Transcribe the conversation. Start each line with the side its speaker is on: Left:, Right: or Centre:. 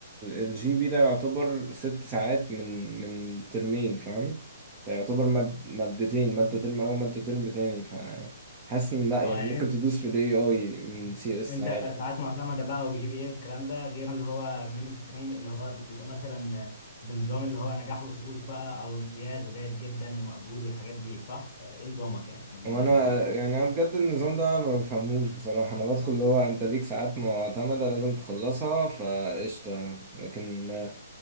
Right: الجي بي ده يعتبر ست ساعات من من ترمين فاهم فيعتبر ماد- مادتين مادة ترم أو مادة ترم تاني حاسس ان لا
Left: اه
Right: يعني
Left: يعني
Right: ممكن تدوس في الاي اي من سي اس
Left: انت
Right: عادي
Left: ساعات معتمدة بقى وجي بي اي والكلام ده غير اللي هو مين ستريم اللي هو بيبقى مثلا بنظام اللي هو نجاح وسقوط بقى او امتياز وجيد جدا ومقبول والحاجات دي صح؟ ولا ايه نظامك يعني كلمنا
Right: وانا
Left: عن نظامك
Right: يعني انا بجد النظام ده ما بفهموش بصراحه انا بدخل اللي هو انت ليك ساعات معتمده لازم تخلصها فقشطه لكن آه،